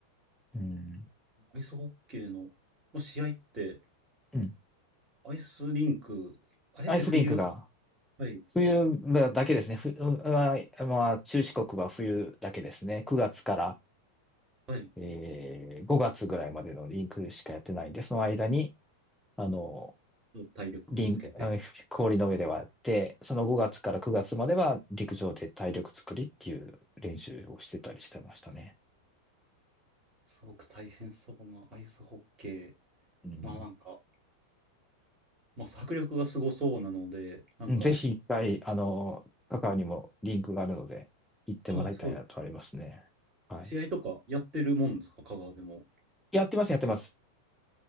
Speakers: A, in the centre; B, on the right.
A: うん。
B: アイスホッケーの、まあ、試合って、
A: うん。
B: アイスリンク、あれって冬、
A: アイスリンクが、
B: はい、
A: 冬だけですね。ふ、ううまあ、中四国は冬だけですね。9月から
B: はい、
A: えー5月ぐらいまでのリンクしかやってないんで、その間に、あの、
B: の体力をつけて、
A: リン、あ氷の上ではやって、その5月から9月までは陸上で体力作りっていう練習をしてたりしてましたね。
B: すごく大変そうなアイスホッケー。
A: うん
B: まあなんか、まあ、迫力がすごそうなので、なんか、
A: うんぜひ一回、あの、カカオにもリンクがあるので、行ってもらいたいなとありますね。
B: ああ、そう、
A: はい。
B: 試合とかやってるもんですか、香川でも。
A: やってます、やってます。